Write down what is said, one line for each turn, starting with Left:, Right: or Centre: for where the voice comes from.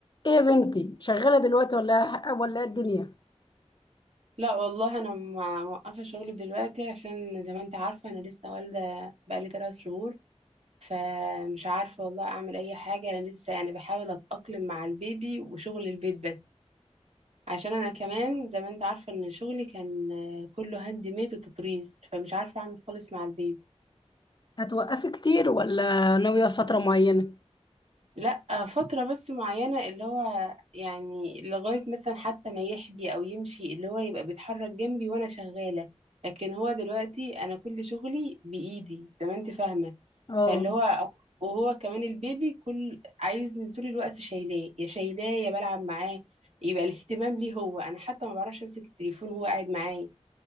Left: ايه يا بنتي شغالة دلوقتي ولا ولا إيه الدنيا
Right: لا والله انا مع- موقفه شغل دلوقتي عشان زي ما انت عارفه انا لسه والده بقالي ثلاث شهور فمش عارفه والله اعمل اي حاجه انا لسه يعني بحاول اتاقلم مع البيبي وشغل البيت بس عشان انا كمان زي ما انت عارفه ان شغلي كان آه، كله هاند ميد وتطريز فمش عارفه اعمل خالص مع البيبي
Left: هتوقفي كتير ولا ناوية فترة معينة
Right: لا فترة بس معينة اللي هو يعني لغاية مثلا حتى ما يحبي أو يمشي اللي هو يبقى بيتحرك جنبي وأنا شغالة لكن هو دلوقتي أنا كل شغلي بإيدي زي ما أنت فاهمة
Left: اه
Right: فاللي هو وهو كمان البيبي كل عايز طول الوقت شايلاه يا شايلاه يا بلعب معاه يبقى الاهتمام ليه هو أنا حتى ما بعرفش أمسك التليفون وهو قاعد معايا